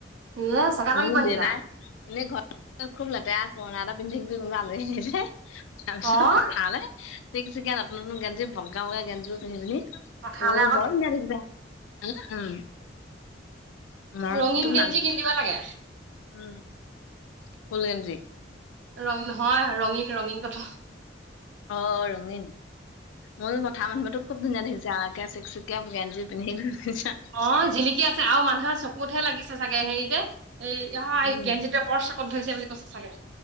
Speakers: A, on the right; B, on the left.
A: ইয়ে চেগা
B: ন
A: লাগিব সেইকেইটা।
B: দেতাই এনেই ঘৰত খুব লেতেৰা পুৰণা এটা পিন্ধিাকিবি কোনোবা আলহী আহিলে তাৰ
A: অ'
B: পিছত পথাৰলৈ। পিক চে আপন গঞ্জ বগা - বগা গেঞ্জী পিন্ধি - পিন্ধি।
A: কথলে
B: বাল হ উম, মই
A: ৰঙীন
B: তুমি
A: গেঞ্জি
B: নাল
A: কিনি দিব লাগে।
B: উম, ফুল গেঞ্জী।
A: ৰ নহয় ৰঙীন - ৰঙীন কথা
B: অ, ৰঙীন মোৰ কথা মানুহবো খুব ধুনীয়া দেখিছে আৰু। চেক সেকিয় গেঞ্জী পিন্ধি ফুৰিছে
A: অ, জিনিকি আছে আৰু মানুহৰ চকুতহে লাগিছে চাগে হেৰিতে। এই অ,
B: উম
A: এই গঞ্জিপ বৰ চকত ধৰিছে বুলি কৈছে চাগে।